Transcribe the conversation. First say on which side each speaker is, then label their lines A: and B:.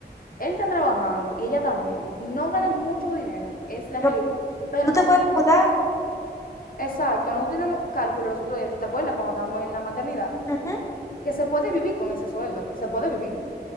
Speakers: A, on the left; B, on the left.
A: él está trabajando y ella también, no ganan mucho dinero, es la
B: Pero
A: realidad, pero
B: Tú te
A: no
B: puedes mudar.
A: Exacto, nosotros tenemos cálculo los otros días, ¿tú te acuerdas cuando estábamos en la maternidad?
B: Ujú.
A: Que se puede vivir con ese sueldo, se puede vivir.